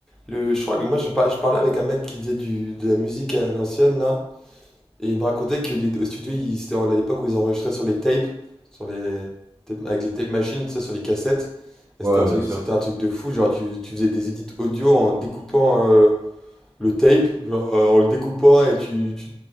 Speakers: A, in the centre; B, on the right.
A: Le, je crois que moi, je, par- je parlais avec un mec qui faisait du, de la musique à l'ancienne, là. Et il me racontait que les- au studio, il- c'était à l'époque où ils enregistraient sur les tapes, sur les tapes- avec les tape machines, tu sais, sur les cassettes. Et
B: Ouais,
A: c'était un
B: ouais,
A: truc,
B: bien sûr.
A: c'était un truc de fou. Genre, tu, tu faisais des edits audio en découpant euh, le tape, genre euh, en le découpant et tu, tu,